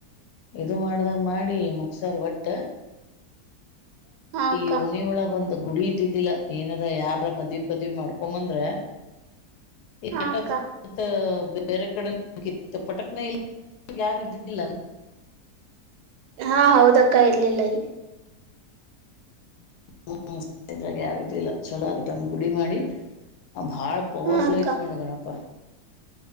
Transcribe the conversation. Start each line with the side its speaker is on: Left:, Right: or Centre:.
Left: ಇದು ಮಾಡ್ದಾಗ ಮಾಡಿ ಮುಕ್ಸರ್ ಒಟ್ಟ
Right: ಹಾ ಅಕ್ಕ
Left: ಈ ಉಣಿ ಒಳಗೆ ಒಂದು ಗುಡಿ ಇದ್ದಿದ್ದಿಲ್ಲ ಏನಾರ ಯಾರ ಮದ್ವಿ ಪದವಿ ಮಾಡ್ಕೊಂಬಂದ್ರ ಈ
Right: ಹಾ
Left: ಎಟತ್ತು
Right: ಅಕ್ಕ
Left: ಬೇರೆ ಕಡೆತ್ತು ಪಟಕ್ನೇ ಇಲ್ಲ ಯಾವ ಇದ್ದಿದ್ದಿಲ್ಲ
Right: ಹಾ ಹೌದಕ್ಕ ಇರ್ಲಿಲ್ಲಾಗಿ
Left: ಹ್ಮ ಇದ್ರಾಗ ಯಾವ ಇಲ್ಲ ಚಲೋಂದು ಗುಡಿ ಮಾಡಿ ಬಾಳ ಪವರ್ಫುಲ್
Right: ಹಾ ಅಕ್ಕ
Left: ಯತ್ ನೋಡ ಗಣಪಾ